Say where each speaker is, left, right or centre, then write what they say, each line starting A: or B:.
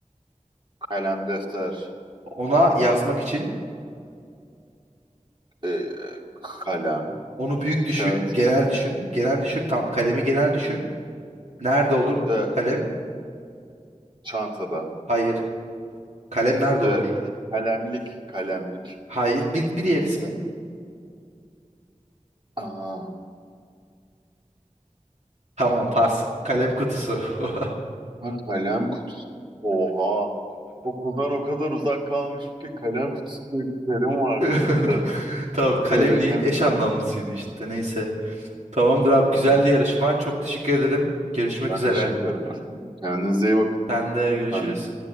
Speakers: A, on the right; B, on the right.
A: kalem, defter,
B: Ona yazmak için
A: ee, kalem,
B: onu büyük düşün,
A: kağıt,
B: genel düşün, genel düşün. Tamam, kalemi genel düşün. Nerede olur
A: ee,
B: kalem?
A: çantada,
B: Hayır. Kalem nerede
A: ee,
B: olur?
A: kalemlik, kalemlik,
B: Hayır. Bir, bir diğer ismi?
A: Aa,
B: Tamam, pas. Kalem kutusu. <laughs>
A: Ha, kalem kutusu. Oha. Okuldan o kadar uzak kalmışım ki kalem kutusu diye bir terim vardı
B: <laughs>
A: değil mi dedim.
B: Tamam, kalemliğin
A: Böyle kendi
B: eş
A: kendime.
B: anlamlısıydı işte. Neyse. Tamamdır abi,
A: Kalem
B: güzeldi
A: kutusu.
B: yarışma. Çok teşekkür ederim. Görüşmek
A: Ben
B: üzere.
A: teşekkür ederim. efendim. Kendinize iyi bakın.
B: Sen de görüşürüz.
A: Ben